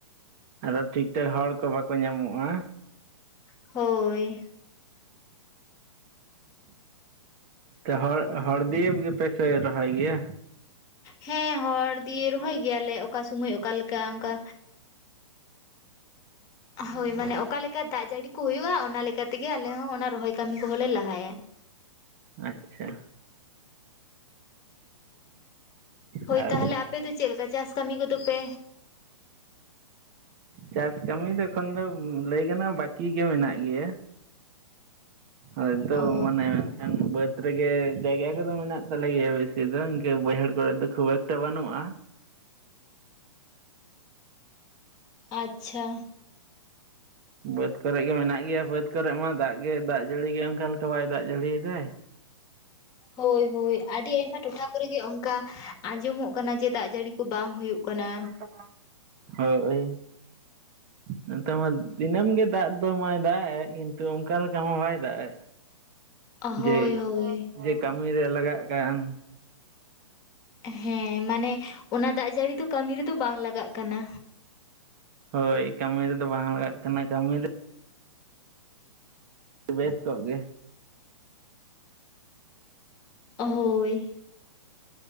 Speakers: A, on the right; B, on the left.
A: ᱟᱫᱚ ᱴᱷᱤᱠ ᱴᱷᱟᱠ ᱦᱚᱲ ᱠᱚ ᱵᱟᱠᱚ ᱧᱟᱢᱚᱜᱼᱟ,
B: ᱦᱳᱭ ᱾
A: ᱛᱚ ᱦᱚᱲ ᱦᱚᱲᱫᱤᱭᱮ ᱜᱮᱯᱮ ᱥᱟᱹᱭ ᱨᱦᱚᱭ ᱜᱮᱭᱟ?
B: ᱦᱮᱸ ᱦᱚᱲ ᱫᱤᱭᱮ ᱨᱚᱦᱚᱭ ᱜᱮᱭᱟᱞᱮ, ᱚᱠᱟ ᱥᱚᱢᱚᱭ ᱚᱠᱟᱞᱮᱠᱟ ᱚᱸᱠᱟ, ᱦᱳᱭ ᱢᱟᱱᱮ ᱚᱠᱟ ᱞᱮᱠᱟ ᱫᱟᱜ ᱡᱟᱹᱲᱤ ᱠᱚ ᱦᱩᱭᱩᱜᱼᱟ, ᱚᱱᱟ ᱞᱮᱠᱟ ᱛᱮᱜᱮ ᱟᱞᱮ ᱦᱚᱸ ᱚᱱᱟ ᱨᱚᱦᱚᱭ ᱠᱟᱹᱢᱤ ᱠᱚᱦᱚᱸ ᱞᱮ ᱞᱟᱦᱟᱭᱟ᱾
A: ᱟᱪᱪᱷᱟ
B: ᱦᱳᱭ
A: ᱟᱨ
B: ᱛᱟᱦᱞᱮ ᱟᱯᱮ ᱫᱚ ᱪᱮᱜ ᱞᱮᱠᱟ ᱪᱟᱥ ᱠᱟᱹᱢᱤ ᱠᱚᱫᱚᱯᱮ
A: ᱪᱟᱥ ᱠᱟᱹᱢᱤ ᱫᱚ ᱮᱠᱷᱚᱱ ᱫᱚ ᱞᱟᱹᱭ ᱜᱟᱱᱚᱜᱼᱟ ᱵᱟᱹᱠᱤ ᱜᱮ ᱢᱮᱱᱟᱜ ᱜᱮᱭᱟ, ᱟᱫᱚ ᱱᱤᱛᱚᱜ
B: ᱚ
A: ᱢᱟᱱᱮ ᱠᱷᱟᱱ ᱵᱟᱹᱫᱽ ᱨᱮᱜᱮ ᱡᱟᱭᱜᱟ ᱠᱚᱫᱚ ᱢᱮᱱᱟᱜ ᱛᱟᱞᱮ ᱜᱮᱭᱟ, ᱵᱮᱥᱤ ᱫᱚ ᱤᱱᱠᱟᱹ ᱵᱟᱹᱭᱦᱟᱹᱲ ᱠᱚᱨᱮ ᱫᱚ ᱠᱷᱩᱵ ᱮᱠᱴᱟ ᱵᱟᱹᱱᱩᱜᱼᱟ᱾
B: ᱟᱪᱪᱷᱟ
A: ᱵᱟᱹᱫᱽ ᱠᱚᱨᱮ ᱜᱮ ᱢᱮᱱᱟᱜ ᱜᱮᱭᱟ ᱵᱟᱹᱫᱽ ᱠᱚᱨᱮ ᱢᱟ ᱫᱟᱜ ᱜᱮ ᱫᱟᱜ ᱡᱟᱹᱲᱤ ᱜᱮ ᱚᱱᱠᱟ ᱞᱮᱠᱟ ᱵᱟᱭ ᱫᱟᱜ ᱡᱟᱹᱲᱤ ᱫᱟᱭ,
B: ᱦᱳᱭ ᱦᱳᱭ ᱟᱹᱰᱤ ᱟᱭᱢᱟ ᱴᱚᱴᱷᱟ ᱠᱚᱨᱮᱜᱮ ᱚᱱᱠᱟ ᱟᱸᱡᱚᱢᱚᱜ ᱠᱟᱱᱟ ᱡᱮ ᱫᱟᱜ ᱡᱟᱹᱲᱤ ᱠᱚ ᱵᱟᱝ ᱦᱩᱭᱩᱜ ᱠᱟᱱᱟ᱾
A: ᱚ ᱦᱳᱭ ᱱᱮᱛᱟᱨ ᱢᱟ ᱫᱤᱱᱟᱹᱢ ᱜᱮ ᱫᱟᱜ ᱫᱚ ᱢᱟᱭ ᱫᱟᱜ ᱮ, ᱠᱤᱱᱛᱩ ᱚᱱᱠᱟ ᱞᱮᱠᱟ ᱢᱟ ᱵᱟᱭ ᱫᱟᱜ ᱮᱫ
B: ᱦᱳᱭ
A: ᱡᱮ
B: ᱦᱳᱭ
A: ᱡᱮ ᱠᱟᱹᱢᱤᱨᱮ ᱞᱟᱜᱟᱜ ᱠᱟᱱ
B: ᱦᱮᱸ ᱢᱟᱱᱮ ᱚᱱᱟ ᱫᱟᱜ ᱡᱟᱹᱲᱤ ᱫᱚ ᱢᱟᱱᱮ ᱠᱟᱹᱢᱤ ᱨᱮᱫᱚ ᱵᱟᱝ ᱞᱟᱜᱟᱜ ᱠᱟᱱᱟ᱾
A: ᱦᱳᱭ ᱠᱟᱹᱢᱤ ᱨᱮᱫᱚ ᱵᱟᱝ ᱞᱟᱜᱟᱜ ᱠᱟᱱᱟ, ᱠᱟᱹᱢᱤ ᱨᱮ ᱵᱮᱥ ᱠᱚᱜ ᱜᱮ,
B: ᱦᱳᱭ